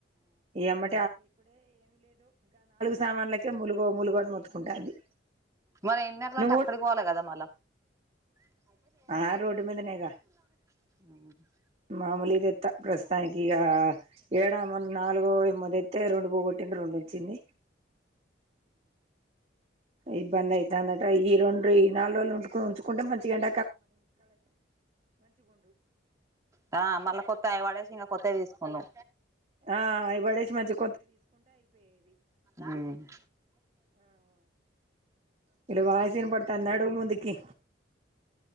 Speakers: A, on the right (about 35°); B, on the right (about 15°).
A: ఏమా సామాన్లకే ములుగో ములుగో అని మొత్తుకుంటాంది
B: మరి ఇన్నర్లు
A: నువ్వు
B: అంటే అక్కడ పోవాల కదా మళ ఆమ్
A: ఆ రోడ్డు మీదనేగా అ మలీదెత్త ప్రస్తుతానికి ఇక ఏడా నాలుగో ఏమో తే రొండు పోగొట్టింది రొండు ఉంచింది ఇబ్బంది అయితుందట ఈ రెండు ఈ నాలుగు రోజులు ఉండుకొని ఉంచుకుంటే మంచిగా ఎం
B: హ మళ్ళ కొత్త అయి పడేసి ఇంగ కొత్తయి తీసుకున్నాం
A: ఆ అయి బడేషి మంచిగ
B: ఆమ్
A: వీళ్ళ వాయిస్ వినపడుతోంది నడువు ముందుకి